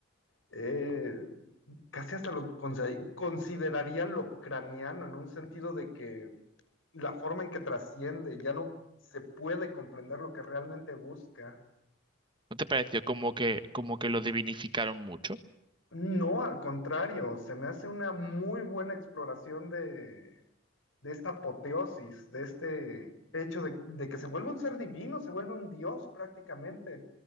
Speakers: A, on the left; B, on the right.
A: Eh, casi hasta lo consa- consideraría Lovecraniano en un sentido de que y la forma en que trasciende, ya no se puede comprender lo que realmente busca.
B: ¿No te pareció como que, como que lo divinificaron mucho?
A: No, al contrario, se me hace una muy buena exploración de, de esta apoteosis, de este hecho de, de que se vuelve un ser divino, se vuelve un dios prácticamente.